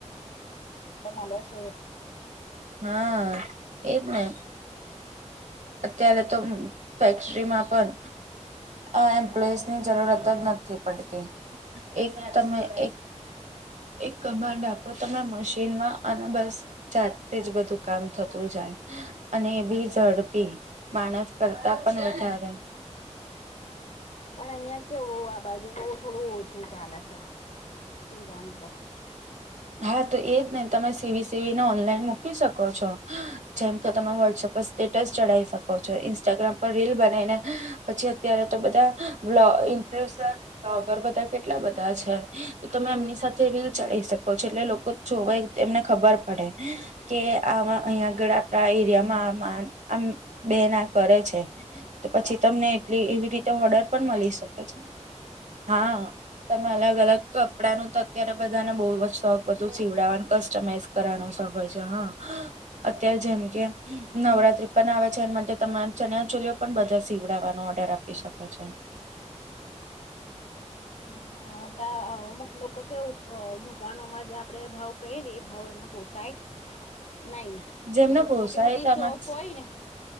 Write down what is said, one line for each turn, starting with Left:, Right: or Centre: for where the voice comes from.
Left: ફોનમા લે છે.
Right: હ એજ ને. અત્યારે તો ફેક્ટરીમાં પણ આ એમ્પ્લોઈઝ ની જરૂરત જ નથી પડતી. એક તમે એક એક કમાન્ડ આપો તમે, મશીનમાં અને બસ. જાતેતે જ બધું કામ થતું જાય. અને એ બી ઝડ. માણસ
Left: મારું
Right: કરતા પણ
Left: છે
Right: ઉધરણ.
Left: ને સીવન પણ અહિયાં કેવ આ બાજુ બ થોડું ઓછું ચાલે છે. સીવાનું તો.
Right: હા! તો એજ નઈ તમે સીવી સીવીને ઓનલાઈન મૂકી શકો છો. જેમ કે તમે વોટ્સઅપ પર સ્ટેટસ ચઢાવી શકો છો. ઇન્સ્ટાગ્રામ પર રીલ બનાવીને. પછી અત્યારે તો બધા ઈન્ફ્લુએન્સર બ્લોગર બધા કેટલા બધા છે. તો તમે એમની સાથે રીલ ચઢી શકો છો. એટલે લોકો જોવાય એમને ખબર પડે. કે આ અહીયા આગળ આપડા એરિયામાં. આમ બેના કરે છે. તો પછી તમને એટલી એવી રીતે ઓર્ડર. પણ મળી શકે છે. હા તમે અલગ અલગ કપડાં નું તો અત્યારે બધાને બહુજ શ બધું સીવડાવાનું, કસ્ટમાઈઝ કરવાનો શખ હોય છે હા. અત્યારે જેમ કે નવરાત્રી પણ આવે છે. એ માટે તમારા ચણ્યા ચોલીઓ પણ બધા સીવડાવવાનો ઓર્ડર આપી શકે છે.
Left: હ અ થોડી પણ આવા. અમુક લોકો કેવું દુકાનોમાં જે આપડે ભાવ કહીએ ને એ ભાવ એમને પોસાય.
Right: <inaudible>
Left: નહીં.
Right: જેમને
Left: એ લોકો
Right: પોસાય
Left: મોટી મોટી
Right: તમારે
Left: શોપ હોય ને.